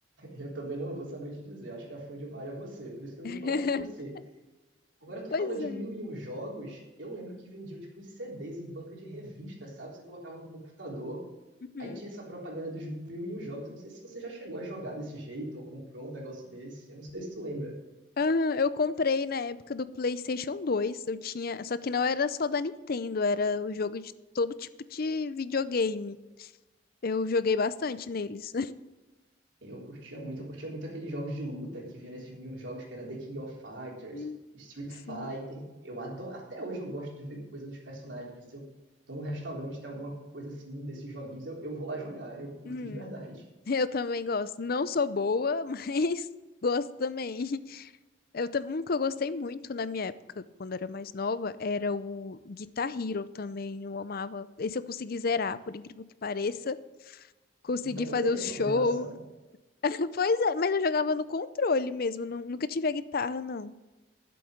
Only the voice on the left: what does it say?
<laughs>
Pois
é.
Uhum.
Aham, eu comprei na época do PlayStation 2. Eu tinha, só que não era só da Nintendo, era o jogo de todo tipo de videogame. Eu joguei bastante neles.
<laughs>
Sim.
Hum,
eu também gosto. Não sou boa, mas <laughs> gosto também. Eu, tam- um que eu gostei muito na minha época, quando eu era mais nova, era o Guitar Hero também. Eu amava. Esse eu consegui zerar, por incrível que pareça. Consegui
fazer o
show.
<laughs> Pois é, mas eu jogava no controle mesmo. nu- Nunca tive a guitarra, não.